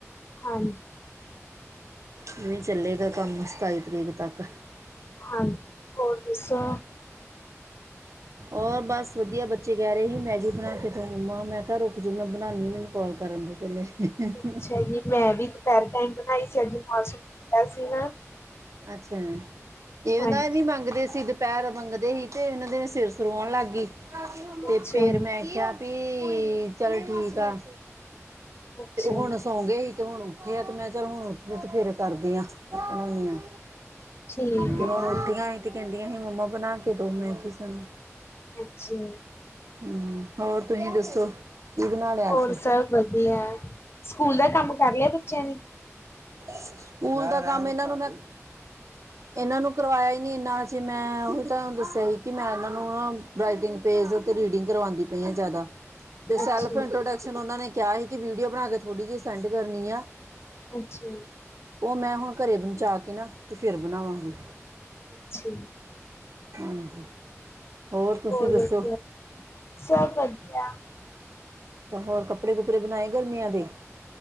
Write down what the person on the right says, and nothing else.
ਕਿਵੇਂ ਚੱਲੇਗਾ ਕੰਮ ਸਤਾਈ ਤਰੀਕ ਤੱਕ
ਔਰ ਬਸ ਵਧੀਆ ਬੱਚੇ ਕਹਿ ਰਏ ਸੀ ਮੈਗੀ ਬਣਾ ਕੇ ਤੋ ਮੰਮਾ ਮੈਂ ਕਿਆ ਰੁਕ ਜੋ ਮੈਂ ਬਣਾਣੀ ਮੈਨੂੰ ਕੋਲ ਕਰਨ ਦੇ ਪੈਲੇ <inaudible>
ਅੱਛਾ ਇਹ
ਨਾ ਇਹ ਵੀ ਮੰਗਦੇ ਸੀ। ਪੈਰ ਮੰਗਦੇ ਹੀ ਤੇ ਇਹਨਾਂ ਦੇ ਸਿਰ ਸੋਰ ਵਾਉਣ ਲੱਗ ਗਈ
ਤੇ ਫੇਰ
ਮੈਂ ਕਿਆ ਵੀ ਚਲ ਠੀਕ ਆ।
ਤੇ ਓ ਹੁਣ
ਸੌਂ ਗਏ ਹੀ ਤੇ ਹੁਣ ਉੱਠੇ ਆ ਤੇ ਮੈਂ ਚੱਲ ਹੁਣ ਉੱਠਦੀ ਤੇ ਫਿਰ ਕਰਦੀ ਹਾਂ ਬਣਾਉਣੀ ਆਂ
ਤੇ
ਹੁਣ
ਉਠੀਆਂ ਸੀ ਤੇ ਕੈਂਦੀਆਂ ਹੀ ਮੰਮਾ ਬਣਾ ਕੇ ਦੋ ਮੈਂਗੀ ਸਾਨੂੰ
ਹੂੰ ਹੋਰ ਤੁਸੀਂ ਦੱਸੋ। ਕੀ ਬਣਾ ਲਿਆ
ਅੱਜ
ਸਕੂਲ ਦਾ ਕੰਮ ਇਹਨਾਂ ਨੂੰ ਮੈਂ ਇਹਨਾਂ ਨੂੰ ਕਰਵਾਇਆ ਹੀ ਨਈ ਇੰਨਾ ਹਜੇ ਮੈਂ ਉਹੀ ਤਾਂ ਦੱਸਿਆ ਹੀ ਕਿ ਮੈਂ ਇਹਨਾਂ ਨੂੰ ਰਟਿੰਗ ਪੇਜ ਤੇ ਰੀਡਿੰਗ ਕਰਵਾਦੀ ਪਈ ਆ ਜਾਦਾ ਤੇ
ਸੈਲਫ
ਇੰਟਰੋਡਕਸ਼ਨ ਉਨਾਂ ਨੇ ਕਿਆ ਹੀ ਕਿ ਵੀਡੀਓ ਬਣਾ ਕੇ ਥੋੜੀ ਜਿਹੀ ਸੈਂਡ ਕਰਨੀ ਆ।
ਓ ਮੈਂ ਹੁਣ ਘਰੇ ਬਚਾ ਕੇ ਨਾ ਤੇ ਫਿਰ ਬਣਾਵਾਂਗੀ।
ਹਾਂਜੀ ਹੋਰ ਤੁਸੀਂ
ਦੱਸੋ
ਤੇ ਹੋਰ ਕੱਪੜੇ ਕੁੱਪੜੇ ਬਣਾਏ ਗਰਮੀਆਂ ਦੇ